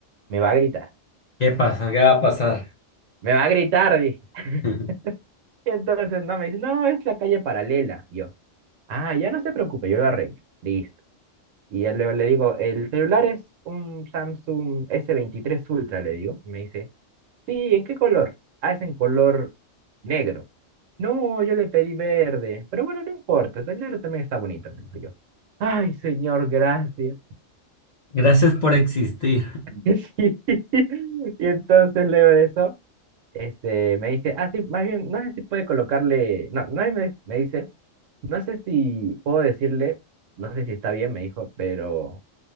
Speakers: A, on the right; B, on the left.
A: me va a gritar,
B: ¿Qué pasa? ¿Qué va a pasar?
A: me va a gritar, dije. <laughs>
B: <laughs>
A: Y entonces no, me dice, no, es la calle paralela. Y yo, ah, ya no se preocupe, yo lo arreglo. Listo. Y ya luego le digo, el celular es un Samsung S23 Ultra, le digo. Y me dice, sí, ¿en qué color? Ah, es en color negro. No, yo le pedí verde, pero bueno, no importa, el negro también está bonito, me dijo yo. Ay, señor, gracias.
B: Gracias por existir.
A: <laughs> Sí. Y entonces luego de eso, este, me dice, ah, sí, más bien, no sé si puede colocarle, no, no, y me, me dice, no sé si puedo decirle, no sé si está bien, me dijo, pero